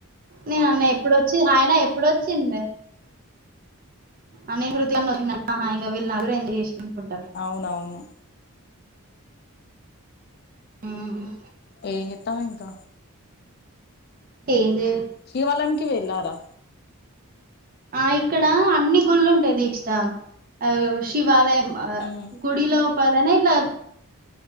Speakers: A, on the right; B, on the left.
A: నేను అన్న ఇప్పుడొచ్చి అయినా ఎప్పుడొచ్చింది అని <unintelligible> వచ్చా ఇంకా వీళ్ళ నలుగురు ఏం చేసునుకుంటారు
B: అవునవును
A: హ్మ్ హు
B: ఏం చెత్తానవ్ ఇంకా
A: ఏం జే
B: శివాలయం కి వెళ్ళారా
A: ఆ ఇక్కడ అన్ని గుళ్ళు ఉంటాయి దీక్షిత ఆ శివాలయం ఆ
B: ఉమ్
A: గుడిలోపలనా ఇట్లా